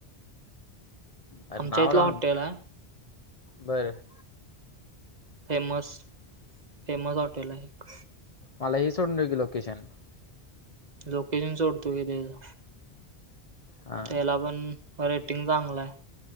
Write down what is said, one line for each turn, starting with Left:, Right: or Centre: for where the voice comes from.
Left: अरे
Right: आमच्या
Left: नाव
Right: इथलं
Left: राहून.
Right: हॉटेल आहे
Left: बरं.
Right: फेमस, फेमस हॉटेल आहे एक.
Left: मला हे सोडून ठेव की लोकेशन.
Right: लोकेशन सोडतो की तेजं.
Left: हा.
Right: तेलापण रेटिंग चांगलं हाय.